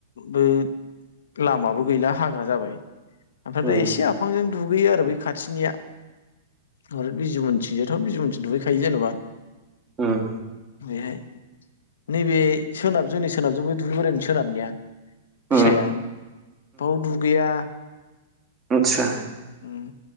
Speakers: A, on the left (about 80°); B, on the right (about 20°).
A: बे लामाबो गैला हाग्रा जाबाय ओमफ्राय
B: उम
A: दा एसे आफांजों दुगैयो आरो बै खाथिनिया ओ बिजमोननथिंजाथ' बिजमोननथिं दुगैखायो जेनेबा
B: उम
A: बेहाय नैबे सोनाब जोंनि सोनाबजोंबो दुब्लि बारिनि सोनाबनिया फिसाया
B: उम उम
A: बाव दुगैया
B: आतसा
A: उ